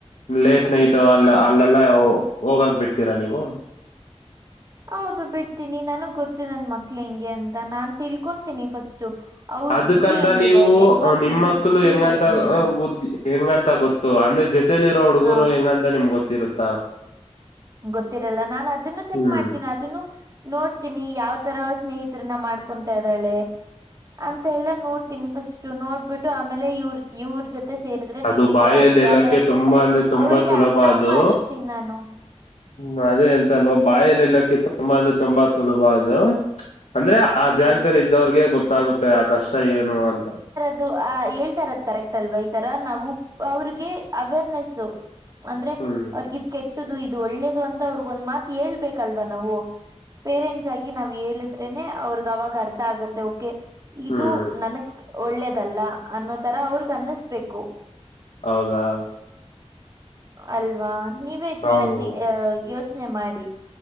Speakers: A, on the left; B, on the right.
A: ಲೇಟ್ ನೈಟ್ ಅಲ್ ಅಲ್ಲೆಲ್ಲ ಹೋಗಾಕ್ ಬಿಡ್ತೀರಾ ನೀವು.
B: ಹೌದು ಬಿಡ್ತೀನಿ ನನಗ್ ಗೊತ್ತು ನನ್ ಮಕ್ಳ ಹೆಂಗೆ ಅಂತ ನಾನ್ ತಿಳ್ಕೊಂತೀನಿ ಫಸ್ಟು. ಅವ್ರ್
A: ಅದಕ್ಕಂತ
B: ಬುದ್ಧಿ ಹೆಂಗಿದೆ
A: ನೀವು
B: ಹೆಣ್ಮಕ್ಳದು
A: ನಿಮ್ಮ ಮಕ್ಳು
B: ಬುದ್ಧಿ
A: ಹೆಂಗಂತ
B: ಇದೆ ಹೆಂಗಿದೆ.
A: ಬುದ್ಧಿ ಹೆಂಗಂತ ಗೊತ್ತು ಅಂದ್ರೆ ಜೊತೆಲಿ ಇರೋ ಹುಡುಗರು
B: ಹ
A: ಹೆಂಗಂತ ನಿಮ್ ಗೊತ್ತಿರುತ್ತಾ.
B: ಗೊತ್ತಿರಲ್ಲ ನಾನ್ ಅದನ್ನು ಚೆಕ್
A: ಹ್ಮ್
B: ಮಾಡ್ತೀನಿ ಅದನ್ನು. ನೋಡ್ತೀನಿ ಯಾವ್ ತರ ಸ್ನೇಹಿತರನ್ನ ಮಾಡ್ಕೊತ ಇದ್ದಾಳೆ ಅಂತ ಎಲ್ಲ ನೋಡ್ ತಿನ್ ಫಸ್ಟು ನೋಡ್ಬಿಟ್ಟು ಆಮೇಲೆ ಇವ್ರ್ ಇವ್ರ್ ಜೊತೆ. ಮತ್ತೆ ಸೇರುದ್ರೆ
A: ಅದು
B: ನೀನ್ ಈ
A: ಬಾಯಲ್ಲಿ
B: ತರ ಆಗ್ತಿಯ
A: ಎಲ್ಲಕ್ಕೆ
B: ಅತರ ಆಗ್ತಿಯ
A: ತುಂಬಾ
B: ಅಂತ
A: ಅಂದ್ರೆ ತುಂಬಾ
B: ಅವ್ರಿಗೆ
A: ಸುಲಭ
B: ಅರ್ಥ
A: ಅದು
B: ಮಾಡಸ್ತೀನ್ ನಾನು.
A: ಹ್ಮ್ ಅದೇ ಅಲ್ತ ಅಲ್ವಾ ಬಾಯಲ್ಲಿ ಎಲ್ಲಾಕ್ಕೆ ತುಂಬಾ ಅಂದ್ರೆ ತುಂಬಾ ಸುಲಭ ಅದು. ಅಂದ್ರೆ ಆ
B: ಹ್ಮ್
A: ಜಾಗದಲ್ಲಿ ಇದ್ದವ್ರಿಗೆ ಗೊತ್ತಾಗುತ್ತೆ ಆ ಕಷ್ಟ ಏನು ಅಂತ.
B: ಅದು ಅ ಹೇಳ್ತಾರದ್ ಕರೆಕ್ಟ್ ಅಲ್ವಾ ಈ ತರ ನಾವು ಅವ್ರಿಗೆ ಅವೇರ್ನೆಸು. ಅಂದ್ರೆ
A: ಹ್ಮ್
B: ಅವ್ರಗಿದ್ ಕೆಟ್ಟ್ದು ಇದು ಒಳ್ಳೇದು ಅಂತ ಅವ್ರಗೊಂದ್ ಮಾತ್ ಹೇಳ್ಬೇಕಲ್ವಾ ನಾವು. ಪೇರೆಂಟ್ಸ್ ಆಗಿ ನಾವ್ ಹೇಳಿದ್ರೇನೆ ಅವ್ರಗ್ ಅವಾಗ ಅರ್ಥ ಆಗುತ್ತೆ ಓಕೆ. ಇದು
A: ಹ್ಮ್
B: ನನ್ಗ್ ಒಳ್ಳೇದಲ್ಲ ಅನ್ನೋ ತರ ಅವ್ರಗ್ ಅನ್ನಸ್ಬೇಕು.
A: ಹೌದಾ
B: ಅಲ್ವಾ ನೀವೇ
A: ಹೌದು
B: ನೀವೆತ್ ಅ ಯೋಚ್ನೆ ಮಾಡಿ.